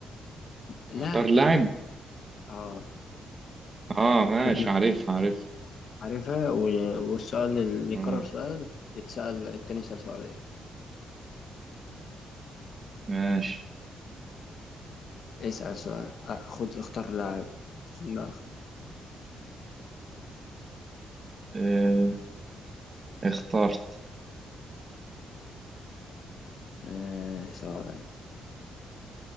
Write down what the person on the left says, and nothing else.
لاعب
اه
في دماغك
عارفها و- والسؤال اللي يكرر
سؤال يتسأل التاني يسأل سؤال ايه
اسأل سؤال آه، خد اختار لاعب لا
آه سؤال